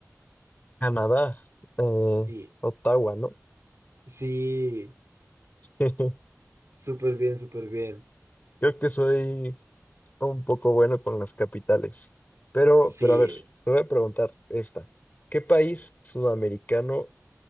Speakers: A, on the left; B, on the right.
A: Canadá. eh,
B: Sí,
A: Ottawa, ¿no?
B: sí,
A: <laughs> Creo
B: súper bien, súper bien.
A: que soy un poco bueno con las capitales. Pero,
B: Sí,
A: pero a ver, te voy a preguntar esta. ¿Qué país sudamericano